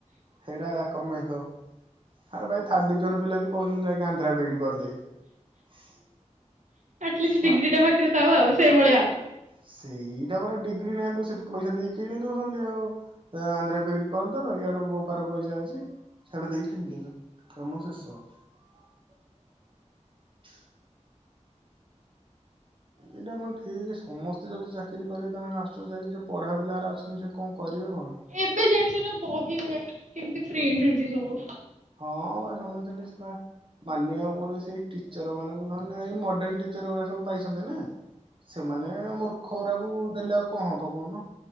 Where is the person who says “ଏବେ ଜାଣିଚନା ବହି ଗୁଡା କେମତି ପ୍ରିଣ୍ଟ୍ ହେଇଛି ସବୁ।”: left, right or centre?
Right